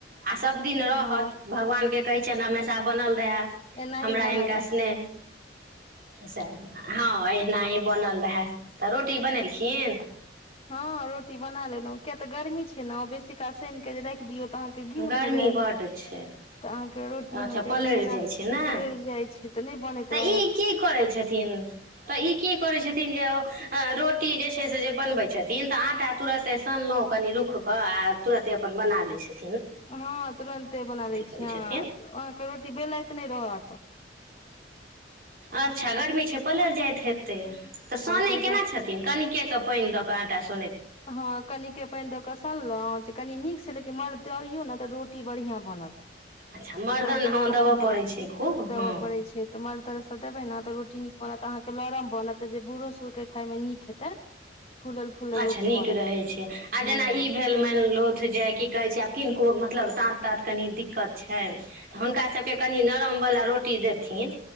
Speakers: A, on the right; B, on the left.
A: आ सब दिन रहत
B: हँ
A: भगबान के कहइ छियइन हमेसा बनल रहै
B: एनाही
A: हमरा
B: बनल
A: हिनका
B: रहे
A: स्नेह से हँ एनाहे बनल रहै तऽ रोटी बनेलखिन
B: हँ रोटी बना लेलहुं किया तऽ गर्मी छै ने बेसी काल सानिके जे रखि दियौ तऽ अहाँके गील
A: गर्मी
B: भऽ जायत
A: बड्ड
B: तऽ
A: छै
B: अहाँके रोटी
A: अच्छा
B: अहाँके
A: पलड़ि
B: केना
A: जाइ छै ने
B: पल जाइ छै तऽ नहि बनैत
A: तऽ ई
B: रहत
A: की करै छथिन तऽ ई की करै छै रोटी जे छै से बनबै छथिन तऽ आटा तुरत सनलहुँ कनि रुख कऽ आ तुरंते अपन बना लेछथि
B: हँ तुरन्ते बना लै
A: करै
B: छिये
A: छथिन
B: ह अहाँके रोटी बेलइत नहि रहत
A: अच्छा
B: हँ
A: गर्मी छै पलर जाइत हेतै तऽ सोनय
B: ताहि
A: केना
B: दुआरे
A: छथिन कनि के क पइन द क आटा स
B: हँ कनिके क पइन दऽ क सनलउ जे कनी नीक लेकिन मर्द अयो ने तऽ रोटी बढ़िया बनत
A: अच्छा मर्दन
B: अहाँके ख
A: देबय
B: हँ
A: पड़ै छै खूब
B: देबय
A: हँ
B: पड़ैत छै तऽ मर्दरद सब देबै ने तऽ रोटी नीक बनत अहाँके लरम बनत जे बूढ़ो सूढ़ के खाय मे नीक हेते फूलल फूलल
A: अच्छा
B: रोटी
A: नीक
B: बनत
A: रहै छै आ
B: हूं
A: जेना ई भेल माइनलोथ जे की कहै छै किनको मतलब दाँत ताँत कनि दिक्कत छनि तऽ हुनका सबके कनि नरमवला रोटी देथि थिन